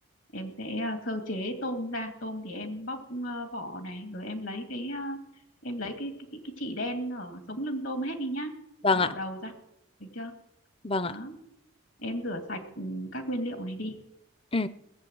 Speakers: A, on the left; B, on the left.
A: em sẽ ờ, sơ chế tôm ra. Tôm thì em bóc ờ, vỏ này, rồi em lấy cái ờ, em lấy cái cái, cái cái chỉ đen ở sống lưng tôm hết đi nhá.
B: Vâng
A: Bỏ
B: ạ.
A: đầu ra, được chưa?
B: Vâng
A: Đó,
B: ạ.
A: em rửa sạch ừ, các nguyên liệu này đi.
B: Ừ,